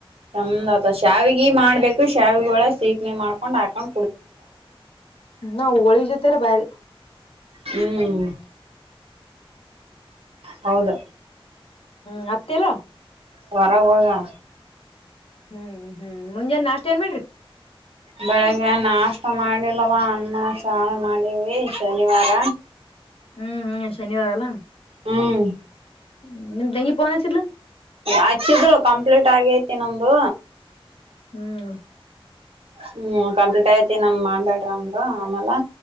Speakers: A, on the right (about 80°); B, on the left (about 70°).
A: ಚಂದ್ ಆತ ಶ್ಯಾವಿಗೆ ಮಾಡ್ಬೇಕು ಶ್ಯಾವಿಗೆ ಒಳ ಸೀಕ್ಣಿ ಮಾಡ್ಕೊಂಡ್ ಹಾಕೊಂಡ.
B: ನ ವಳಿಜತಾರ ಬಾರಿ.
A: ಹ್ಮ್ ಹೌದ.
B: ಹ್ಮ್ ಅತ್ತಿಲ್ಲ.
A: ಹೊರಗ ಹೋಗ್ಯಾಳ.
B: ಹ್ಮ್ ಹ್ಮ್ ಮುಂಜಾನೆ ನಾಷ್ಟ ಏನ್ ಮಾಡ್ರಿ.
A: ಬೆಳಗ್ಗೆ ನಾಷ್ಟ ಮಾಡಿಲ್ಲವ ಅಣ್ಣ ಸಾರು ಮಾಡೀವಿ ಶನಿವಾರ.
B: ಹ್ಮ್ ಹ್ಮ್ ಶನಿವಾರ ಅಲ್ಲ.
A: ಹ್ಮ್.
B: ಹ್ಮ ನಿ ತಂಗಿ ಪೋನ ಹಚ್ಚಿಡ್ಲ.
A: ಹಚಿಡ್ಲ ಕಂಪ್ಲೀಟ್. ಊಟ ಆಗೇತಿ ನಮ್ದು.
B: ಹ್ಮ್.
A: ಹ್ಮ್ ಕಂಪ್ಲೀಟ್ ಐತಿ ನಮ ಮಾಡ್ಬ್ಯಾಡ್ರ ಅಂದ್ರು ಆಮೇಲೆ.